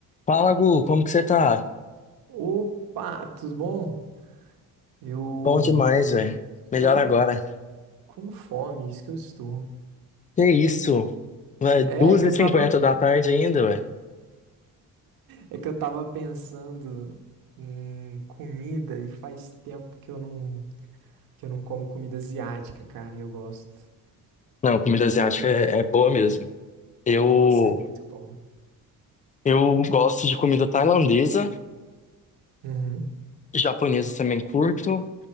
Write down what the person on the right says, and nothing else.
Opa, tudo bom? Eu
tô
com fome, isso que eu estou.
É
é que eu tava,
é que eu tava pensando em comida e faz tempo que eu não, que eu não como comida asiática, cara, e eu gosto.
Desse-
Nossa, é muito bom.
Uhum.